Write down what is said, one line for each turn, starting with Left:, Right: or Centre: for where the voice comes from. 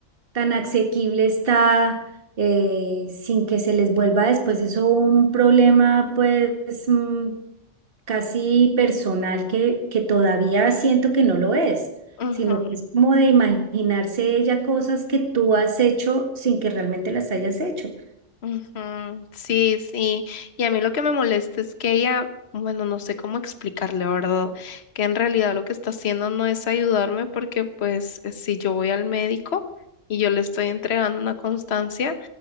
Right: tan asequible está eh, sin que se les vuelva después eso un problema pues mm, casi personal que, que todavía siento que no lo es,
Left: Ujú,
Right: sino que es como de imaginarse ella cosas que tú has hecho sin que realmente las hayas hecho.
Left: Ujú, Sí, sí. Y a mí lo que me molesta es que ella, bueno, no sé cómo explicarle, ¿verdad? Que en realidad lo que está haciendo no es ayudarme porque pues eh, si yo voy al médico y yo le estoy entregando una constancia,